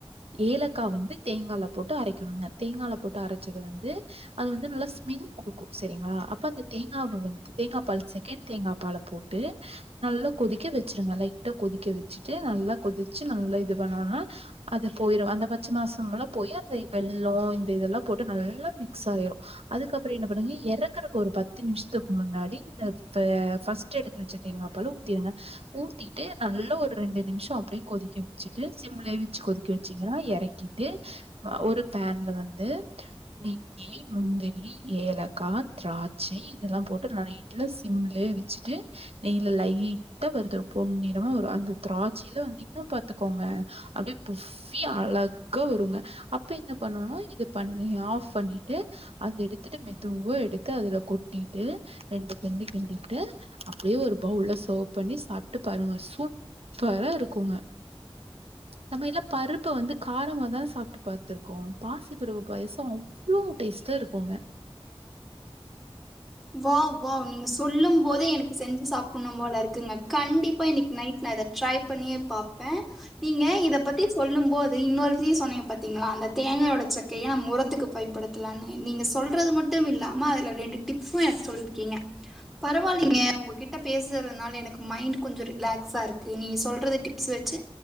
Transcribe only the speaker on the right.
ஏலக்கா வந்து தேங்கால போட்டு அரைக்கணுங்க தேங்கால போட்டு அரச்சத வந்து அது வந்து நல்லா ஸ்மெல் குடுக்கூ சரிங்களா அப்போ அந்த தேங்காவ வந்து தேங்கா பால் செகண்ட் தேங்கா பால போட்டு நல்லா கொதிக்க வச்சிருங்க லைட்டா கொதிக்க வெச்சுட்டு நல்லா கொதிச்சு நல்லா இது பண்ணோனா அது போயிரு அந்த பச்சை மாசம்ல போய் அந்த வெள்ளோ இந்த இதெல்லாம் போட்டு நல்லா மிக ஸ் ஆயிரு அதுக்கப்பறோ என்ன பண்ணுங்க எறக்குறக்கு ஒரு பத்து நிமிஷத்துக்கு முன்னாடி இந்த ஃபஸ்டு எடுத்து வச்ச தேங்காப்பாலு ஊத்திருங்க ஊத்திட்டு நல்ல ஒரு ரெண்டு நிமிஷ அப்டியே கொதிக்க வச்சுட்டு சிம்லயே வச்சு கொதிக் க்க வச்சிங்கன்னா எறக்கிட்டு ஒரு ஃபேன்ல வந்து ளி முந்திரி ஏலக்கா திராட்சை இதெல்லா போட்டு நல்லா சிம்லே வச்சுட்டு நெய்ல லைட்டா வருத்து ஒரு பொண்ணிறமா வரு அந்த திராட்சைல வந்து இன்னு பாத்துக்கோங்க அப்டியே புஃப்பி அழகா வருங்க அப்ப என்ன பண்ணனு இது பண்ணி ஆஃப் பண்ணி ட்டு அத எடுத்துட்டு மெதுவா எடுத்து அதுல கொட்டிட்டு ரெண்டு கிண்டு கிண்டிக்கிட்டு அப்டியே ஒரு பவுல்ல சர்வ் பண்ணி சாப்ட்டு பாருங்க சூப் பரா இருக்குங்க நம்ம எல்லா பருப்ப வந்து காரமா தான சாப்ட்டு பாத்திருக்கோ பாசி பருப்பு பாயாசோ அவ்ளோ டேஸ்ட்டா இருக்குங்க